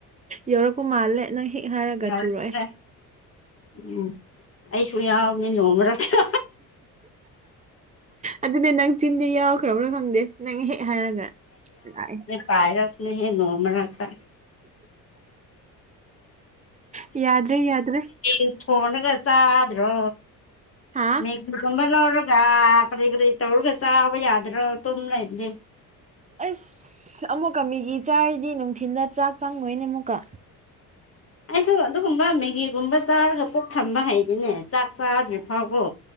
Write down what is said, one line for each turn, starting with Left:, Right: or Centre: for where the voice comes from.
Right: ꯌꯧꯔꯛꯄ ꯃꯥꯜꯂꯦ ꯅꯪ ꯍꯦꯛ ꯍꯥꯏꯔꯒ
Left: ꯌꯧꯔꯛꯈ꯭ꯔꯦ
Right: ꯆꯨꯔꯑꯦ
Left: ꯎꯝ ꯑꯩꯁꯨ ꯌꯥꯎꯕꯅꯦ ꯅꯣꯡꯃꯔꯁꯨ
Right: ꯑꯗꯨꯅꯦ ꯅꯪ ꯆꯤꯟꯗꯤ ꯌꯥꯎꯈ꯭ꯔꯕ꯭ꯔꯥ ꯈꯪꯗꯦ ꯅꯪ ꯍꯦꯛ ꯍꯥꯏꯔꯒ ꯂꯥꯛꯑꯦ
Left: ꯄꯥꯏꯔꯁꯨꯅꯤ ꯍꯦ ꯅꯣꯃꯅꯥꯥꯛꯛꯇ
Right: ꯌꯥꯗ꯭ꯔꯦ ꯌꯥꯗ꯭ꯔꯦ
Left: ꯎ ꯊꯣꯡꯅꯒ ꯆꯥꯗ꯭ꯔꯣ
Right: ꯍꯥ
Left: ꯀꯒꯨꯝꯕ ꯂꯧꯔꯒ ꯀꯔꯤꯩ ꯀꯔꯤꯩ ꯇꯧꯔꯒ ꯆꯥꯕ ꯌꯥꯗ꯭ꯔꯣ ꯇꯨꯝ ꯂꯩꯔꯗꯤꯦ
Right: ꯑꯁ ꯑꯃꯨꯛꯀ ꯃꯤꯒꯤ ꯆꯥꯔꯤꯗꯤ ꯅꯨꯡꯊꯤꯤꯟꯗ ꯆꯥꯛ ꯆꯪꯉꯣꯏꯅꯦ ꯑꯃꯨꯛꯀ
Left: ꯑꯩꯁꯨ ꯑꯗꯨꯒꯨꯝꯕ ꯃꯦꯒꯤꯒꯨꯝꯕ ꯆꯥꯔꯒ ꯄꯨꯛ ꯊꯝꯕ ꯍꯩꯗꯨꯅꯦ ꯆꯥꯛ ꯆꯥꯗ꯭ꯔꯤ ꯐꯥꯎꯀꯣ